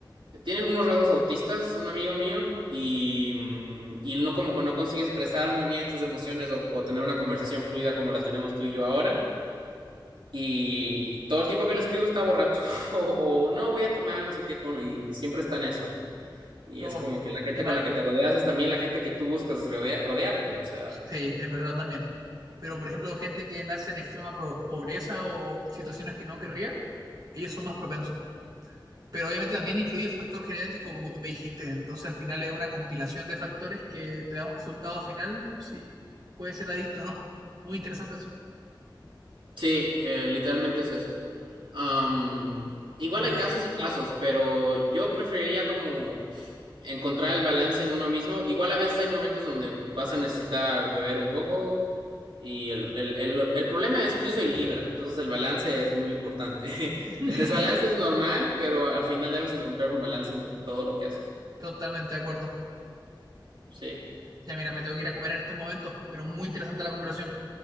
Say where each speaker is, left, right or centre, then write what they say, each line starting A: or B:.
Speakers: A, on the right; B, on the right.
A: tiene algunos rasgos autistas, un amigo mío, y, mm, y no como no consigue expresar muy bien sus emociones o, o tener una conversación fluida como la tenemos tú y yo ahora. Y todo el tiempo que le escribo está borracho <laughs> o, o no voy a tomar, no sé qué, con, y y siempre está en eso. Y
B: No,
A: es como que la gente
B: qué mal.
A: con la que te rodeas es también la gente que tú buscas rodea- rodearte, o sea,
B: Sí, es verdad también. Pero, por ejemplo, gente que nace en extrema pro- pobreza o situaciones que no querría, ellos son más propensos. Pero obviamente también influye el factor genético, como tú me dijiste. Entonces, al final es una compilación de factores que te da un resultado final, si puede ser adicto o no. Muy interesante eso.
A: Sí, eh, literalmente es eso. Am, igual
B: Pero
A: hay casos
B: eso.
A: y casos, pero yo preferiría como encontrar el balance en uno mismo. Igual a veces hay momentos donde vas a necesitar beber un poco y el, el, el, el problema es, yo soy Libra, entonces el balance es muy importante. <laughs>
B: <laughs>
A: El desbalance es normal, pero al final debes encontrar un balance en, en todo lo que haces.
B: Totalmente de acuerdo.
A: Sí,
B: Ya mira, me tengo que ir a comer en estos momentos, pero muy interesante la conversación.